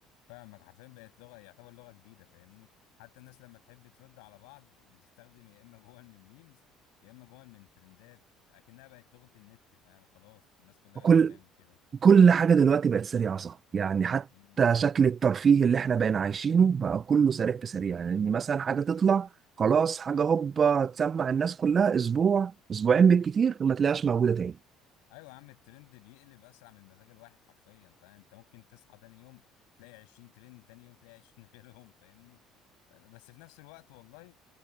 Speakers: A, on the left (about 85°); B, on the right (about 40°).
A: فاهمك حرفيا بقت لغه يعتبر لغه جديده فاهمني حتى الناس لما تحب ترد على بعض بتستخدم يا اما جمل من ميمز يا اما جمل من ترندات اكنها بقت لغه النت فاهم خلاص الناس كلها
B: كل
A: بقت بتعمل كده
B: كل حاجة دلوقتي بقت سريعة صح يعني حتى
A: امم
B: شكل الترفيه اللي احنا بقينا عايشينه بقى كله سريع في سريع يعني ان مثلا حاجة تطلع خلاص حاجة هوبا تسمع الناس كلها اسبوع اسبوعين بالكتير ما تلاقيهاش موجودة تاني
A: ايوه يا عم الترند بيقلب اسرع من مزاج الواحد حرفيا فانت ممكن تصحى تاني يوم تلاقي 20 ترند تاني يوم تلاقي 20 <laughs> غيرهم فاهمني بس في نفس الوقت والله